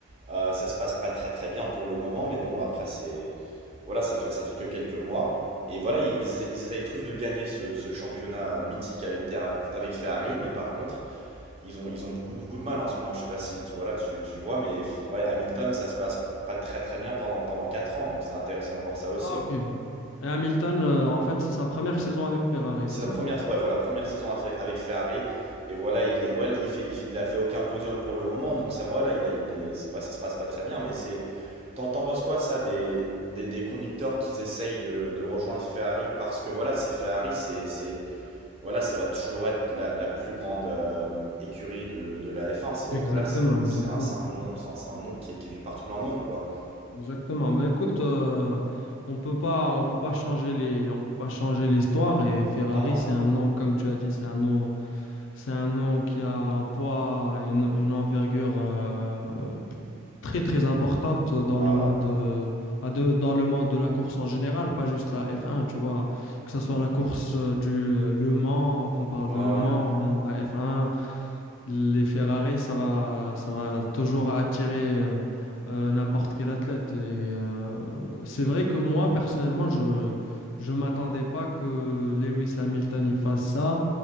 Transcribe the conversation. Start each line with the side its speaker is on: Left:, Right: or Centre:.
Right: Euh, ça se passe pas très très bien pour le moment, mais bon, après, c'est. Voilà, ça fait, ça fait que quelques mois. Et voilà, ils, ils essayent tous de gagner ce, ce championnat mythique avec, Ter- avec Ferrari, mais par contre, ils ont, ils ont beaucoup beaucoup de mal en ce moment. Je sais pas si tu, voilà, tu, tu vois, mais ouais, Hamilton, ça se passe pas très très bien pendant, pendant 4 ans, donc c'est intéressant de voir ça aussi.
Left: Ah, ok. Et Hamilton, euh, en fait, c'est sa première saison avec Ferrari,
Right: C'est
Left: c'est
Right: la
Left: ça?
Right: première, ouais, voilà, première saison avec avec Ferrari. Et voilà, il est, ouais, il fait, il, fait- il a fait aucun podium pour le moment. Donc ça, voilà, il, est- il est, ouais, ça se passe pas très bien. Mais c'est, t'en, t'en penses quoi ça des, des, des conducteurs qui essayent de, de rejoindre Ferrari parce que voilà, c'est Ferrari, c'est, c'est, voilà, ça va toujours être la, la plus grande euh, écurie de, de la F1. C'est
Left: Exactement,
Right: voilà, c'est,
Left: exactement.
Right: c'est un, c'est un nom, enfin c'est un nom qui est, qui est vu partout dans le monde quoi.
Left: Exactement. Ben écoute, euh, on peut pas, on peut pas changer les, on peut pas changer l'histoire et Ferrari,
Right: Non, non.
Left: c'est un nom, comme tu as dit, c'est un nom C'est un nom qui a un poids et une, une envergure euh, très très importante dans
Right: Ah
Left: le monde euh, bah, de- dans le monde de la course en général, pas juste la F1, tu vois, que ce soit la course euh, du euh, Le Mans, qu'on parle
Right: ouais.
Left: de
Right: Ouais
Left: Le
Right: ouais.
Left: Mans ou bien de la F1, les Ferrari, ça va ça va toujours attirer euh, euh, n'importe quel athlète et euh, c'est vrai que moi personnellement, je je m'attendais pas que Lewis Hamilton y fasse ça.